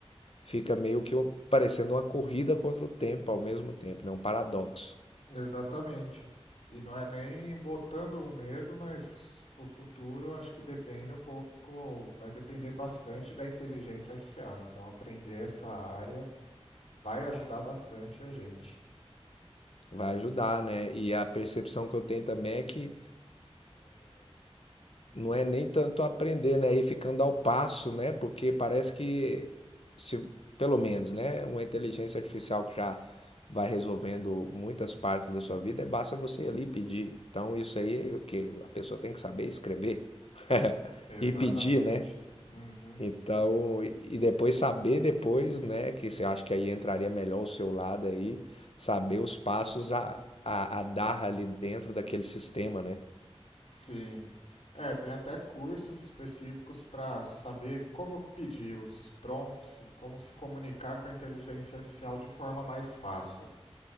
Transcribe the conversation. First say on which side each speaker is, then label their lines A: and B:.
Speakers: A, on the left; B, on the left.
A: fica meio que um- parecendo uma corrida contra o tempo ao mesmo tempo, né? Um paradoxo.
B: Exatamente. E não é nem botando um medo, mas o futuro acho que depende um pouco, vai depender bastante da inteligência artificial. Então aprender essa área vai ajudar bastante a gente.
A: Vai ajudar, né? E a percepção que eu tenho também é que Não é nem tanto aprender, né? E ficando ao passo, né? Porque parece que, se, pelo menos, né? Uma inteligência artificial que já vai resolvendo muitas partes da sua vida, é basta você ali pedir. Então, isso aí é o que a pessoa tem que saber escrever <laughs>
B: Exatamente.
A: e pedir, né?
B: Uhum.
A: Então, e e depois saber depois, né? Que você acha que aí entraria melhor o seu lado aí, saber os passos a, a, a dar ali dentro daquele sistema, né?
B: Sim. É, tem até cursos específicos para saber como pedir os prompts, como se comunicar com a inteligência artificial de forma mais fácil.